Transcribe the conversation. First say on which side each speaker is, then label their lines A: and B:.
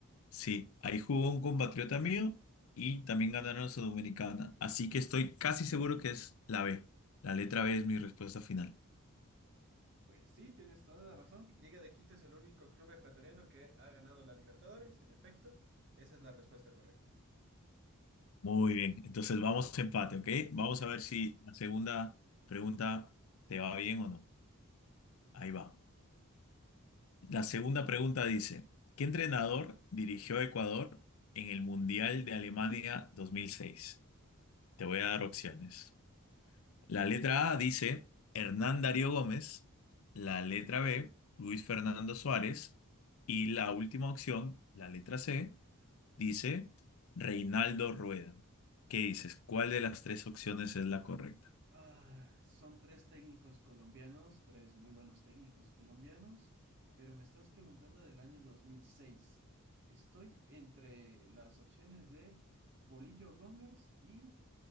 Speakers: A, on the left; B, on the right.
A: Sí, ahí jugó un compatriota mío y también ganaron la Sudamericana. Así que estoy casi seguro que es la B. La letra B es mi respuesta final.
B: Pues sí, tienes toda la razón. Liga de Quito es el único club ecuatoriano que ha ganado la Libertadores, en efecto. Esa es la respuesta correcta.
A: Muy bien, entonces vamos a empate, ¿ok? Vamos
B: Sí.
A: a ver si la segunda pregunta te va bien o no. Ahí va. La segunda pregunta dice, ¿qué entrenador dirigió a Ecuador en el Mundial de Alemania 2006? Te voy a dar opciones. La letra A dice Hernán Darío Gómez, la letra B, Luis Fernando Suárez y la última opción, la letra C, dice Reinaldo Rueda. ¿Qué dices? ¿Cuál de las tres opciones es la correcta?
B: Ah, son tres técnicos colombianos, tres muy buenos técnicos colombianos, pero me estás preguntando del año 2006. Estoy entre las opciones de Bolillo Gómez y